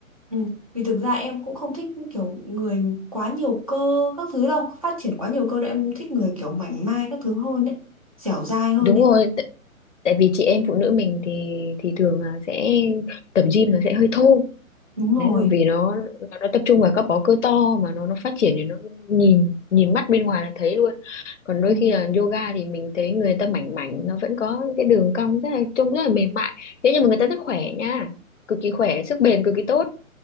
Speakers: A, on the right; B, on the left.
A: ừ, vì thực ra em cũng không thích kiểu người quá nhiều cơ các thứ đâu, phát triển quá nhiều cơ đâu, em thích người kiểu mảnh mai các thứ hơn đấy, dẻo dai hơn
B: đúng
A: đấy.
B: rồi t- tại vì chị em phụ nữ mình thì thì thường là sẽ tập gym nó sẽ hơi thô
A: Đúng rồi.
B: đấy là vì nó nó nó tập trung vào các bó cơ to mà nó nó phát triển thì nó nhìn nhìn mắt bên ngoài là thấy luôn còn đôi
A: Ừ.
B: khi là yoga thì mình thấy người ta mảnh mảnh nó vẫn có những cái đường cong rất là trông rất là mềm mại thế nhưng mà người ta rất khỏe nha cực kỳ khỏe sức bền cực kỳ tốt